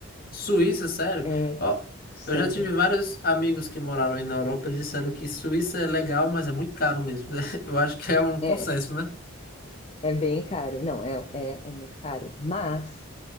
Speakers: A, on the left; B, on the left.
A: Suíça, sério?
B: É,
A: Ó,
B: sério.
A: eu já tive vários amigos que moraram aí na Europa, eles disseram que Suíça é legal, mas é muito caro mesmo. <laughs> Eu acho que é um consenso,
B: É,
A: né?
B: é bem caro. Não, é, é, é muito caro. Mas